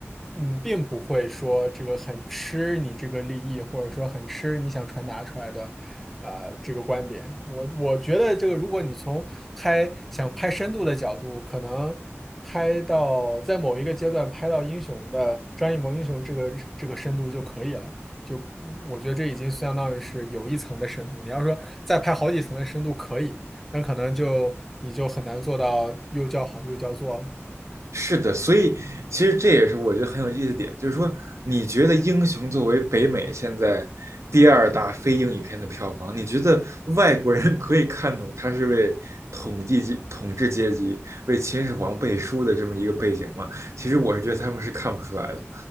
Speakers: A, in the centre; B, on the right.
A: 嗯，并不会说这个很吃你这个利益，或者说很吃你想传达出来的。呃，这个观点，我我觉得这个，如果你从拍想拍深度的角度，可能拍到在某一个阶段拍到英雄的张艺谋英雄这个这个深度就可以了。就嗯我觉得这已经相当于是有一层的深度。你要说再拍好几层的深度可以，但可能就你就很难做到又叫好又叫座了
B: 是的，所以其实这也是我觉得很有意思的点，就是说你觉得《英雄》作为北美现在第二大非英语片的票房，你觉得外国人 <laughs> 可以看懂它是为统计阶统治阶级、为秦始皇背书的这么一个背景吗？其实我是觉得他们是看不出来的。